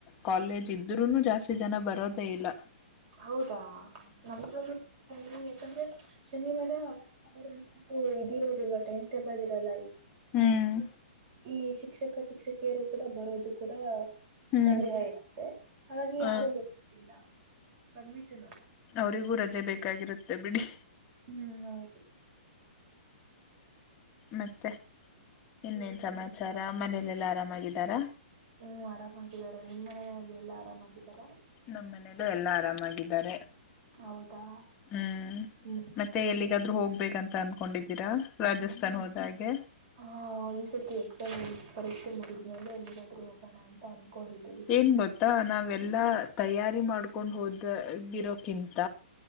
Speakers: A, on the left; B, on the right.
A: ಕಾಲೇಜ್ ಇದ್ರೂನು ಜಾಸ್ತಿ ಜನ ಬರೋದೇ ಇಲ್ಲ ಹ
B: ಹೌದಾ ನ್ರಲ್ಲ ಹಿ ಯಾಕಂದ್ರೆ ಶನಿವಾರ ಆಂತದ್ದು ಇದಿರೋದಲ್ವಾ ಟೈಮ್ ಟೇಬಲ್ ಇರೋಲ್ಲ
A: ಹ್ಮ್
B: ಈ ಶಿಕ್ಷಕ ಶಿಕ್ಷಕಿಯರು ಕೂಡ ಬರೋದು ಕೂಡ
A: ಹ್ಮ್
B: ಸಂದೇಹ ಇರುತ್ತೆ ಹಾಗಾಗಿ
A: ಹ
B: ಯಾರು ಬರ್ಲ್ಲ ಕಮ್ಮಿ ಜನ
A: ಅವರಿಗೂ ರಜೆ ಬೇಕಾಗಿರುತ್ತೆ ಬಿಡಿ
B: ಹ್ಮ್ ಹೌದು
A: ಮತ್ತೆ ಇನ್ನೇನ್ ಸಮಾಚಾರ ಮನೇಲೆೆಲ್ಲ ಆರಾಮಾಗಿದ್ದಾರಾ
B: ನೀ ಆರಾಮಾಗಿದಿದ್ದಾರೆ ನಿಮ್ಮ ಮನೆಯಲ್ಲಿ ಎಲ್ಲಾ ಆರಾಮಾಗಿದಾರಾ
A: ನಮ್ಮ ಮನೆಯಲ್ಲ ಎಲ್ಲ ಆರಾಮಾಗಿದ್ದಾರೆ
B: ಹೌದಾ
A: ಹ್ಮ್
B: ಹ್ಮ್
A: ಮತ್ತೆ ಎಲ್ಲಿಗಾದ್ ಹೋಗ್ಬೇಕಂತ ಅನ್ಕ ಹಕೊಂಡಿದ್ದೀರಾ ರಾಜಸ್ಥಾನ್ ಹೋದ ಹಾಗೆ
B: ಹಾ ಈ್ ಸರ್ತಿ ಎಕ್ಸಾಮ್ ಪರಕ್ಷೆ ಮುಗಿದ್ಎಲ್ಲಿಗಾದ್ ಹೋಗೋಣ ಅಂತ ಅನ್ಕೊಂಡಿದ
A: ಏನ್ ಗೊತ್ತಾ ನಾವೆಲ್ಲಾ ತಯಾರಿ ಮಾಡ್ಕೊಂಡು ಹೋದಾಗಿರೋಕಿಂತ